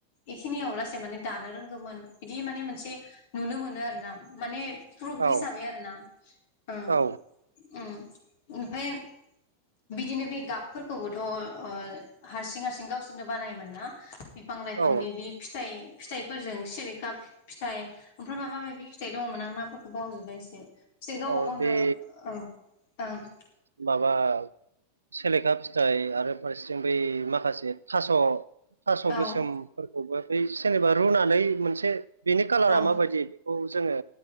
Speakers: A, on the left; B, on the right.
A: एखिनियावलासे माने दानो रोंगोमोन बिदि माने मोनसे नुनो मोनो आरोना माने प्रुप हिसाबै
B: औ
A: आरोना उम
B: औ
A: उम ओमफाय बिदिनो बे गाबफोरखौबोथ' ओ हारसिं हारसिं गावसोरनो बानायोमोन ना बिफां लाइफांनि
B: औ
A: बे फिथाइ-फिथाइ फोरजों सिलेखा फिथाइ ओमफ्राय माबा माबि फिथाइ दङ'मोन आं नामफोरखौ बावजोबबायसो। बिसोर गावबा
B: औ
A: गावनो
B: बे
A: औ ओं
B: माबा सेलेखा फिथाइ आरो फारसेथिं बै माखासे थास' थास'
A: ओं
B: गोसोमफोरखौबो बै जेनेबा रुनानै मोनसे बेनि कालारा
A: औ
B: माबायदि खौ जोङो